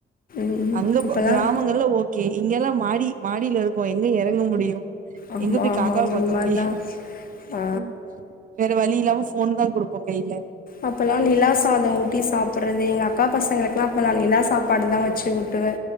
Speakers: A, on the left; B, on the right.
A: ம்
B: அங்க
A: அப்பல்லா
B: கிராமங்கள்ல ஓகே இங்கெல்லா மாடி மாடில இருக்கோ எங்க எறங்க முடியு
A: ஆமா
B: எங்க போயி
A: ஆமாங்க
B: காக்காவ பாக்க
A: உண்மதா
B: முடியு
A: ஆ
B: ம் வேற வழி இல்லாம ஃபோன் தா குடுப்போ கையில
A: அப்போல்லா நிலா சாதோ ஊட்டி சாப்புறது எங்க அக்கா பசங்களுக்கெல்லா அப்போ நா நிலா சாப்பாடு தா வச்சு ஊட்டுவே